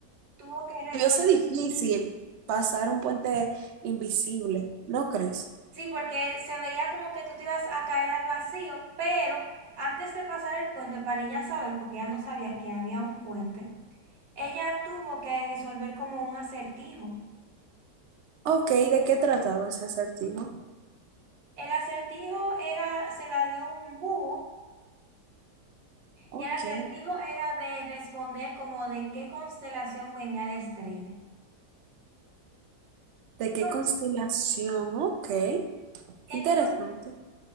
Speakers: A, on the right; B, on the right.
A: tuvo que resolver
B: Debió ser difícil pasar un puente invisible, ¿no crees?
A: Sí, porque se veía como que tú te ibas a caer al vacío, pero antes de pasar el puente, para ella saber, porque ella no sabía que había un puente, ella tuvo que resolver como un acertijo.
B: Ok, ¿de qué trataba ese acertijo?
A: El acertijo era, se la dio un búho,
B: Ok.
A: y el acertijo era de responder como de qué constelación venía la estrella.
B: ¿De
A: Entonces,
B: qué constelación? Ok, interesante.
A: enton-